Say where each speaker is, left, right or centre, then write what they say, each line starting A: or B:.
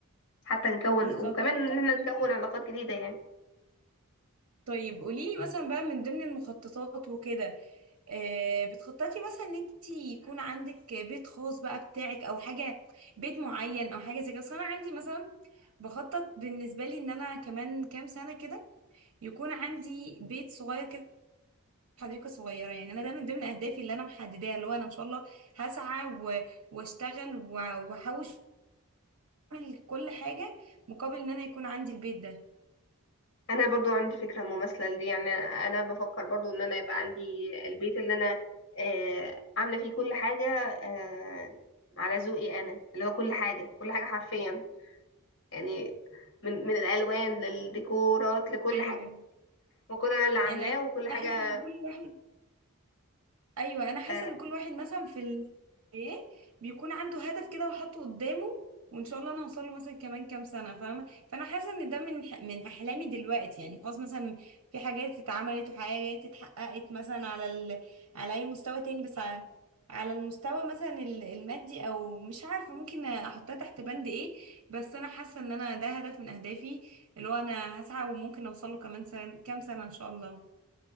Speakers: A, on the left; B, on the right.
A: حتى نكون
B: بالظبط
A: وكمان إن
B: طب قوليلي
A: احنا نكون علاقات جديدة يعني
B: طيب قوليلي مثلا بقى من ضمن المخططات وكده آه، بتخططي مثلا ان انت يكون عندك بيت خاص بقى بتاعك او حاجه بيت معين او حاجه زي كده أصل انا عندي مثلا بخطط بالنسبه لي ان انا كمان كام سنه كده يكون عندي بيت صغير كده حديقه صغيره يعني انا ده من ضمن اهدافي اللي انا محدداها اللي هو انا ان شاء الله هسعى و- واشتغل و- واحوش اعمل كل حاجه مقابل ان انا يكون عندي البيت ده
A: انا برضو عندي فكره مماثله لدي يعني انا بفكر برضو ان انا يبقى عندي البيت اللي انا آه عامله فيه كل حاجه آه على ذوقي انا اللي هو كل حاجه كل حاجه حرفيا يعني من من الالوان للديكورات لكل
B: ايوه
A: حاجه وكل انا اللي عاملاه
B: يعني انا
A: وكل حاجه
B: أنا حاسه ان كل واحد ايوه انا حاسه
A: آه
B: ان كل واحد مثلا في ال... ايه بيكون عنده هدف كده وحاطه قدامه وان شاء الله انا هوصل له مثلا كمان كام سنه فاهمه فانا حاسه ان ده من ح- من احلامي دلوقتي يعني خلاص مثلا في حاجات اتعملت وحاجات اتحققت مثلا على ال... على اي مستوى تاني بس على على المستوى مثلا ال- المادي او مش عارفه ممكن احطها تحت بند ايه بس انا حاسه ان انا ده هدف من اهدافي اللي هو انا هسعى وممكن اوصل له كمان سنة... كام سنه ان شاء الله